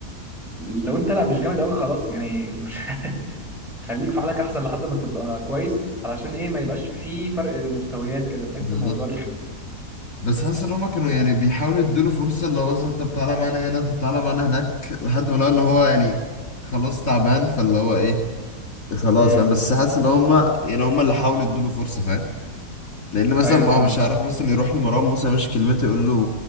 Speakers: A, in the centre; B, on the left.
A: لو انت لا مش جامد قوي خلاص يعني مش <laughs> خليك في حالك احسن لحد ما تبقى كويس علشان ايه ما يبقاش في فرق مستويات كده تحس
B: بالظبط
A: الموضوع رخم
B: بس حاسس ان هما كانوا يعني بيحاولوا يدوله فرصه اللي هو مثلا طب تعالى معانا هنا طب تعالى معانا هناك لحد ما لقوا ان هو يعني خلاص تعبان فاللي هو ايه خلاص
A: امم
B: فاهم بس حاسس ان هما يعني هما اللي حاولوا يدوله فرصه فاهم لان مثلا
A: ايوه
B: ما
A: فاهمك
B: هو مش عارف
A: اه
B: مثلا يروح لمروان موسى مش كلمته يقول له